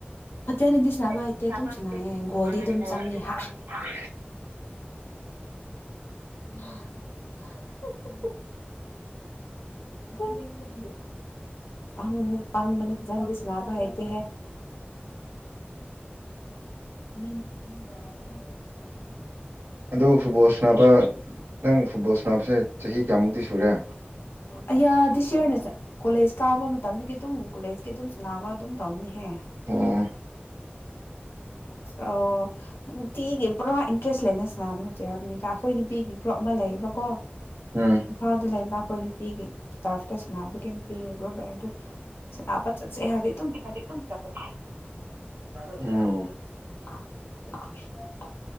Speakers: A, on the left; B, on the right.
A: ꯐꯖꯅꯗꯤ ꯁꯥꯟꯅꯕ
B: ꯍꯩꯇꯦ ꯁꯅꯥꯕ
A: ꯑꯗꯨꯝ ꯁꯥꯟꯅꯩꯌꯦ
B: ꯍꯩꯇꯦ
A: ꯒꯣꯜꯗꯤ
B: ꯕꯣꯜ
A: ꯆꯪꯉꯦ
B: ꯗꯤ ꯑꯗꯨꯝ
A: ꯍꯥ
B: ꯇꯝꯃꯤꯕ꯫ <inaudible>
A: <inaudible> <inaudible> ꯄꯥꯡ ꯄꯥꯡꯕꯅꯤ ꯐꯖꯅꯗꯤ ꯁꯅꯥꯕ ꯍꯩꯇꯦꯍꯦ꯫ <unintelligible>
B: ꯑꯗꯣ ꯐꯨꯠꯕꯣꯜ ꯁꯅꯕ ꯅꯪ ꯐꯨꯠꯕꯣꯜ ꯁꯅꯕꯁꯦ ꯆꯍꯤ ꯀꯌꯥꯃꯨꯛꯇꯤ ꯁꯨꯔꯦ?
A: ꯑꯌꯥ ꯗꯤꯁꯤꯌꯔꯗ ꯆꯠ ꯀꯣꯂꯦꯖ ꯀꯥꯕ ꯃꯇꯝꯗꯒꯤ ꯑꯗꯨꯝ ꯀꯣꯂꯦꯖꯀꯤ ꯑꯗꯨꯝ ꯁꯟꯅꯕ ꯑꯗꯨꯝ ꯇꯧꯕꯅꯤꯍꯦ꯫
B: ꯑꯣ
A: ꯑꯣ ꯅꯨꯡꯇꯤꯒꯤ ꯄꯨꯔꯥ ꯀ꯭ꯔꯦꯁ ꯂꯩꯅꯤꯁ ꯅꯕ ꯅꯠꯇꯦ ꯍꯥꯏꯕꯅꯤꯗ ꯑꯩꯈꯣꯏ ꯅꯨꯄꯤꯒꯤ ꯒ꯭ꯔꯨꯞ ꯑꯃ ꯂꯩꯌꯦꯕꯀꯣ
B: ꯎꯝ
A: ꯏꯝꯐꯥꯜꯗ ꯂꯩꯕ꯫ ꯑꯩꯈꯣꯏ ꯅꯨꯄꯤꯒꯤ ꯇꯔꯐꯇ ꯁꯥꯟꯅꯕꯒꯤ ꯅꯨꯄꯤꯒꯤ ꯒ꯭ꯔꯨꯞ ꯂꯩ ꯑꯗꯨ ꯁꯥꯟꯅꯕ ꯆꯠꯁꯦ ꯍꯥꯏꯗꯤ
B: ꯎꯝ
A: <unintelligible>